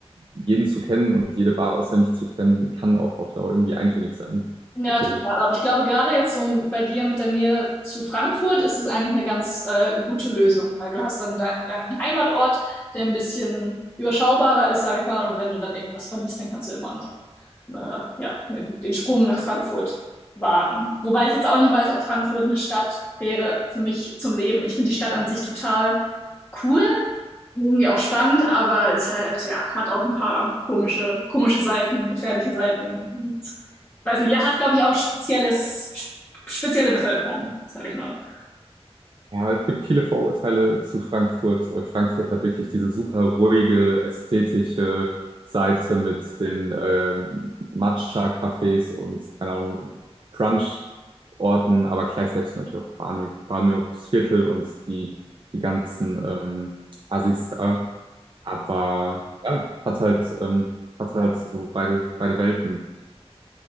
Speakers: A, on the right; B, on the left.
A: jeden zu kennen und jede Bar auswendig zu kennen, kann auch auf Dauer irgendwie eintönig sein,
B: Ja,
A: natürlich.
B: total. Aber ich glaube, gerade jetzt so bei dir mit der Nähe zu Frankfurt ist es eigentlich eine ganz äh, gute Lösung, weil du hast dann deinen, deinen Heimatort, der ein bisschen überschaubarer ist, sag ich mal. Und wenn du dann irgendwas vermisst, dann kannst du immer noch äh, ja, den, den Sprung nach Frankfurt wagen. Wobei ich jetzt auch nicht weiß, ob Frankfurt eine Stadt wäre für mich zum Leben. Ich finde die Stadt an sich total cool, irgendwie auch spannend, aber es halt, ja, hat auch ein paar komische, komische Seiten, gefährliche Seiten. Ich weiß nicht, er hat, glaube ich, auch spezielles, spezielle Bevölkerung, sage ich mal.
A: Ja, es gibt viele Vorurteile zu Frankfurt. Äh, Frankfurt hat wirklich diese super ruhige, ästhetische Seite mit den ähm, Matcha-Cafés und, keine Ahnung, Crunch-Orten, aber gleichzeitig natürlich auch Bahnhof, Bahnhofsviertel und die, die ganzen ähm, Assis da. Aber ja, hat halt, ähm, hat halt so beide, beide Welten.